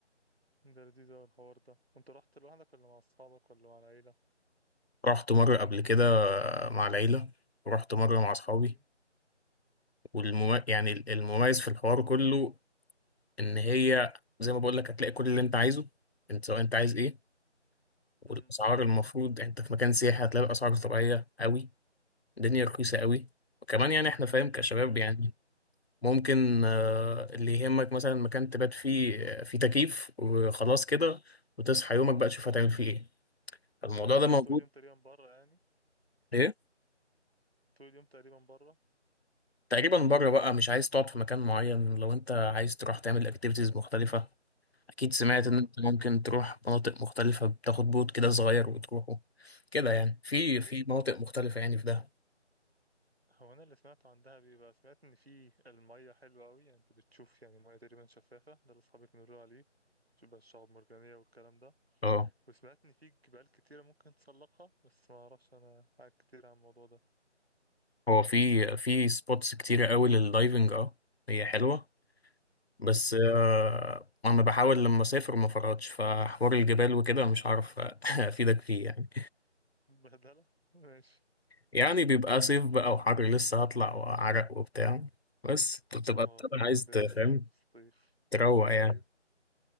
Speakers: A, on the right; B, on the left.
A: ده لذيذ أوي الحوار ده انت رحت لوحدك ولا مع اصحابك ولا مع العيله
B: رحت مرة قبل كده مع العيلة ورحت مرة مع اصحابي
A: ماشي
B: والمم... يعني المميز في الحوار كله ان هي زي ما بقول لك هتلاقي كل اللي انت عايزه انت سواء انت عايز ايه والاسعار
A: امم
B: المفروض انت في مكان سياحي هتلاقي الاسعار طبيعيه قوي الدنيا رخيصه قوي وكمان يعني احنا فاهم كشباب
A: حلو
B: يعني ممكن آه، اللي يهمك مثلا مكان تبات فيه آه، فيه تكييف وخلاص كده وتصحى يومك بقى تشوف هتعمل فيه ايه الموضوع ده
A: انت
B: موجود
A: طول اليوم تقريبا بره يعني
B: ايه
A: طول اليوم تقريبا بره
B: تقريبا بره بقى مش عايز تقعد في مكان معين لو انت عايز تروح تعمل اكتيفيتيز مختلفه اكيد سمعت
A: ايوه
B: ان انت ممكن تروح مناطق مختلفة بتاخد بوت كده صغير وتروحه كده يعني في
A: فاهم
B: في مناطق مختلفة يعني في ده
A: هو انا اللي سمعته عن دهب بيبقى سمعت ان في المية حلوة قوي يعني انت بتشوف يعني مية تقريبا شفافة ده اللي اصحابي كانوا يقولوا عليه تشوف بقى الشعاب المرجانية والكلام ده
B: اه
A: وسمعت ان في جبال كتيرة ممكن تسلقها بس ما اعرفش انا حاجة كتير عن الموضوع ده
B: هو في في سبوتس كتيرة قوي للدايفنج اه هي حلوة بس
A: امم
B: آه انا بحاول لما اسافر ما فرطش فحوار الجبال وكده مش عارف <laughs> افيدك فيه يعني
A: بهدلة ماشي
B: يعني بيبقى صيف بقى وحر لسه هطلع وعرق وبتاع بس بتبقى
A: اه
B: بتبقى عايز
A: ده
B: تفهم
A: بقى صعب في الصيف
B: تروق يعني
A: ايوه